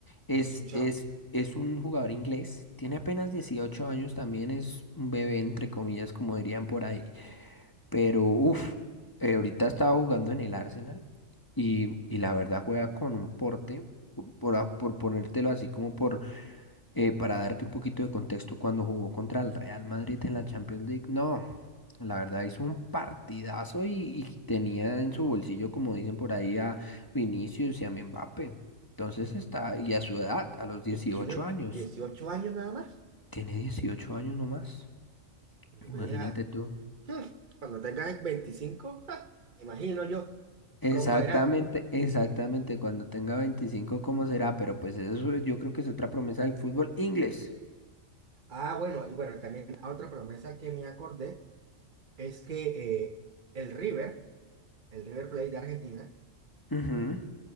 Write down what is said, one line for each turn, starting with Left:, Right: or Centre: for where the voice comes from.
Left: Es,
Right: no lo he escuchado.
Left: es, es un jugador inglés, tiene apenas 18 años, también es un bebé, entre comillas, como dirían por ahí. Pero, uff, ahorita estaba jugando en el Arsenal y, y la verdad juega con un porte, por, a- por ponértelo así como por, eh, para darte un poquito de contexto, cuando jugó contra el Real Madrid en la Champions League, no, la verdad hizo un partidazo y, y tenía en su bolsillo, como dicen por ahí, a Vinicius y a Mbappé. Entonces está, y a su edad, a los 18
Right: Y tiene
Left: años,
Right: 18 años nada más,
Left: tiene 18 años nomás,
Right: no
Left: imagínate
Right: era,
Left: tú.
Right: Hmm, Cuando tengas 25, <laughs> ja, imagino yo
Left: Exactamente,
Right: cómo era.
Left: exactamente, cuando tenga 25, ¿cómo será? Pero pues eso yo creo que es otra promesa del fútbol inglés.
Right: Ah, bueno, y bueno, también otra promesa que me acordé es que eh, el River, el River Plate de Argentina,
Left: Ujú,